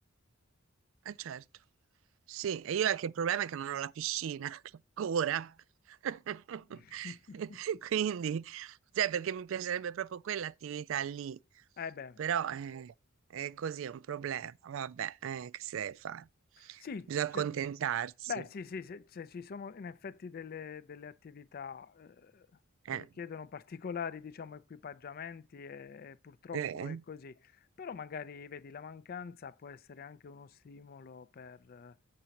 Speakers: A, on the right; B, on the left.
A: Eh certo. Sì, e io è che il problema è che non ho la piscina <laughs> ancora. <laughs>
B: <laughs>
A: Quindi, cioè, perché mi piacerebbe proprio quell'attività lì.
B: Eh beh.
A: Però eh, è così, è un problema. Vabbè, eh, che si deve fare?
B: Sì,
A: Bisogna
B: cer-
A: accontentarsi.
B: beh, sì, sì, se, se ci sono in effetti delle, delle attività eh, che
A: Eh.
B: richiedono particolari, diciamo, equipaggiamenti e, e purtroppo
A: Eh,
B: è così, però magari, vedi, la mancanza può essere anche uno stimolo per, eh,